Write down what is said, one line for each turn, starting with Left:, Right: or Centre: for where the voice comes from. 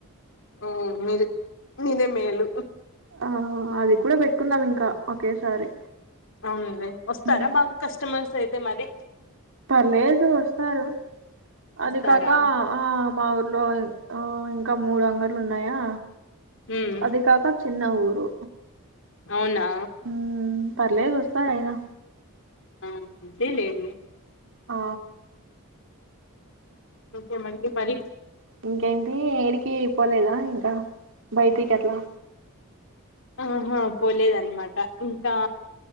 Left: ఓ మీరి మీరే మేలు
Right: అవును అది కూడా పెట్టుకున్నాం ఇంకా ఒకేసారి
Left: అవునండి వస్తారా
Right: హ్మ్.
Left: బాగా కస్టమర్స్ అయితే మరి
Right: పర్లేదు వస్తారు అది
Left: వస్తారా
Right: కాక ఆ మా ఊరు లో ఆ ఇంకా మూడు అంగళ్ళు ఉన్నాయా
Left: ఉమ్
Right: అది కాక చిన్న ఊరు
Left: అవునా
Right: మ్మ్ పర్లేదు వస్తారు అయినా
Left: ఆ అంతే లెండి
Right: ఆ
Left: ఓకే అండీ మరి
Right: ఇంకేంటి ఏడికి పోలేదా ఇంకా బయటికి అట్లా
Left: ఆహా పోలేదన్నమాట ఇంకా